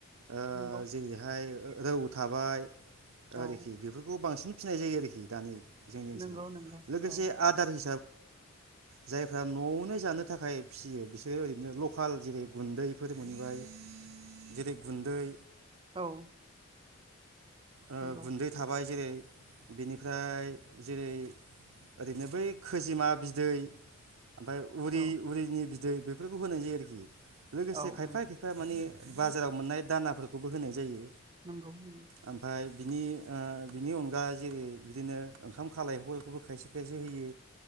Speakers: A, on the right (about 85°); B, on the right (about 25°).
A: ओ
B: नंगौ
A: जेरैहाय रौ थाबाय आरोखि
B: औ
A: बेफोरखौ बांसिन फिसिनाय जायो आरोखि दानि जोंनि ओनसोलाव
B: नंगौ नंगौ
A: लोगोसे
B: औ
A: आदार हि न'आवनो जानो नो थाखाय फिसियो बिसोरो लकेल जेरै गुन्दैफोर मोनबाय जेरै गुन्दै
B: औ
A: ओ
B: नंगौ
A: गुन्दै थाबाय जेरै बेनिफ्राय जेरै ओरैनो बै खोजेमा बिदै ओमफाय उरि-उरिनि
B: औ
A: बि दै बेफोरखौ होनाय जायो आरोखि। लोगोसे
B: औ
A: खायफाया-खायफाया
B: नंगौ
A: माने बाजाराव मोननाय दानाफोरखौबो होनाय जायो।
B: नंगौ-नंगौ।
A: ओमफाय बिनि ओ बिनि अनगा जेरै बिदिनो ओंखाम खालायफोरखौबो खायसे-खायसे होयो